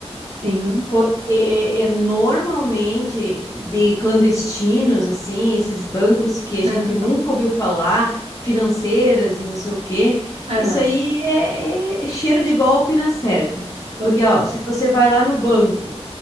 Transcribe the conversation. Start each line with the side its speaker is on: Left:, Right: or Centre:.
Right: sim,
Left: Porque é, normalmente de clandestinos, assim, esses bancos que a gente
Right: aham,
Left: nunca ouviu falar, financeiras e não sei o quê,
Right: aham,
Left: isso aí é, é- é cheiro de golpe na certa.
Right: pois,
Left: Porque, ó, se você vai lá no banco